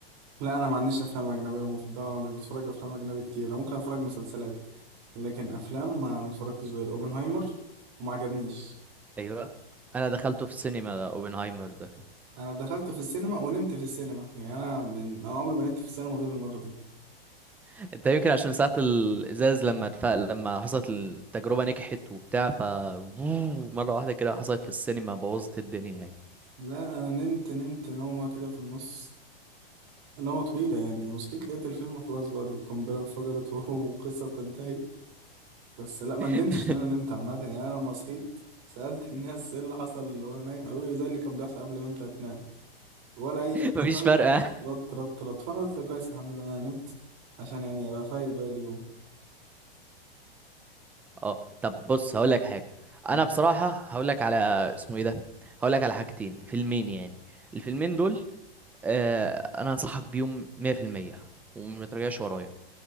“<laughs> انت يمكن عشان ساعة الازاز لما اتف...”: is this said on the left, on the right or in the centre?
Centre